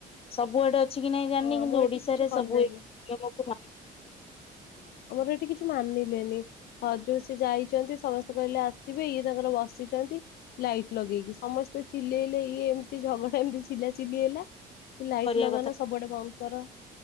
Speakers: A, on the left (about 35°); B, on the left (about 65°).
A: ସବୁଆଡେ ଅଛି କି ନାହିଁ ଜାଣିନି
B: ହଁ ଆମର
A: କିନ୍ତୁ ଓଡିଶାରେ
B: ଏଠି କିଛି କଲେନି।
A: ସବୁ ଏଇ ନିୟମ କୁ <unintelligible>
B: ଆମର ଏଠି କିଛି ମାନିଲେନି। ହ ଜଉ ସିଏ ଯାଇଛନ୍ତି ସମସ୍ତେ କହିଲେ ଆସିବେ ଇଏ ତାଙ୍କର ବସିଛନ୍ତି। ଲାଇଟ୍ ଲଗେଇକି ସମସ୍ତେ ଚିଲେଇଲେ ଇଏ ଏମିତି ଝଗଡା ଏମତି ଚିଲା ଚିଲି ହେଲା କି ଲାଇଟ୍
A: କରିବା
B: ଲଗାନା ସବୁଆଡେ ବନ୍ଦ କର।